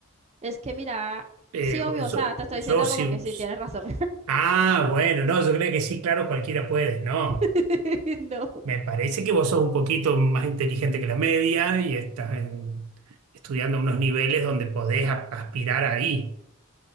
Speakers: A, on the right; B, on the right.
A: Es que mira,
B: Eh,
A: sí, obvio,
B: yo,
A: o sea, te estoy
B: yo
A: diciendo
B: sí
A: como que sí, tienes razón.
B: Ah, bueno, no, yo creo que sí, claro, cualquiera puede, no.
A: <laughs> No,
B: Me parece que vos sos un poquito más inteligente que la media y estás en- estudiando a unos niveles donde podés a- aspirar ahí,